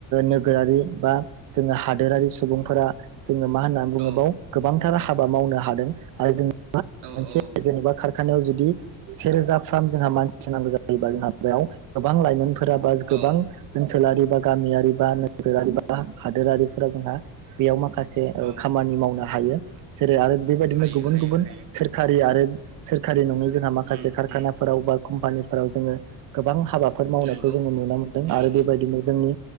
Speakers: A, on the right (about 50°); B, on the right (about 75°).
A: नोगोरारि बा जोङो हादोरारि सुबुंफोरा जोङो मा होन्ना बुङोबाव
B: औ
A: गोबां थार हाबा मावनो हादों आरो जों मा
B: औ
A: मोनसे जेनेबा खार खानायाव जुदि सेरोजाफ्राम जोंहा मानसि नांगौ जायोबा जोंहा बेयाव गोबां लाइमोन फोराबा जा गोबां
B: औ
A: ओनसोलारि बा गामियारि बा नोगोरारि बा हादोरारिफोरा जोंहा बेयाव माखा खासे ओ
B: औ
A: खामानि मावनो हायो । जेरै आरो बेबायदिनो
B: हायो
A: गुबुन
B: हायो
A: गुबुन
B: हायो
A: सोरखारि आरो सोरखारि नङै जोंहा माखासे
B: उम
A: खारखानाफोराव
B: उम
A: बा कम्पानिफोराव जोङो गोबां हा हाबाफोर मावनायखौ
B: नंगौ
A: जोंङो नुनो मोन्दों आरो
B: औ
A: बेबायदिनो जोंनि